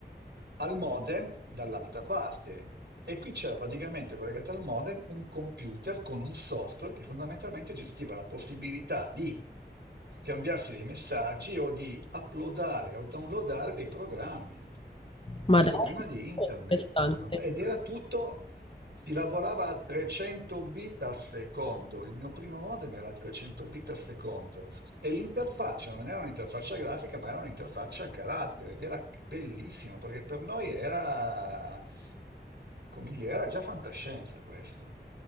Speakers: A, on the right; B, on the left.
A: al modem dall'altra parte. E qui c'era praticamente collegato al modem un computer con un software che fondamentalmente gestiva la possibilità di scambiarsi dei messaggi o di uploadare o downloadare dei programmi.
B: ma
A: Questo
B: dai,
A: prima di internet.
B: è interessante.
A: ma- Ed era tutto, si lavorava a 300 bit al secondo. Il mio primo modem era a 300 bit al secondo. E l'interfaccia non era un'interfaccia grafica, ma era un'interfaccia a carattere ed era bellissimo perché per noi era, come dire, era già fantascienza questo.